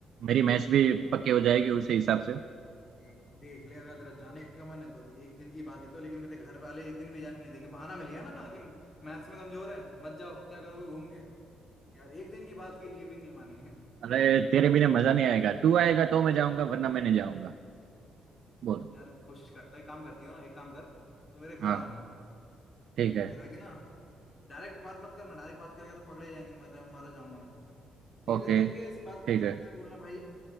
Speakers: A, on the right; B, on the left.
A: मेरी मैथ्स भी पक्की हो जाएगी उसी हिसाब से
B: एक- देख ले अगर तेरा जाने का मन है तो एक दिन की बात ही तो लेकिन मेरे घर वाले एक दिन भी जाने नहीं देंगे बहाना मिल गया ना कि मैथ्स में कमजोर है मत जाओ क्या करोगे घूम के यार एक दिन की बात के लिए भी नहीं मानेंगे
A: अरे तेरे बिना मजा नहीं आएगा तू आएगा तो मैं जाऊंगा वरना मैं नहीं जाऊंगा बोल
B: यार कोशिश करता एक काम करती हो ना एक काम कर तू मेरे घर
A: हाँ
B: आना
A: ठीक है
B: घर आके ना डायरेक्ट बात मत करना डायरेक्ट बात करेगा तो पकड़े जाएंगे मर मरा जाऊंगा मैं धीरे
A: ओके
B: धीरे करके ऐसी बात करते
A: ठीक
B: करते
A: है
B: बोलना भाई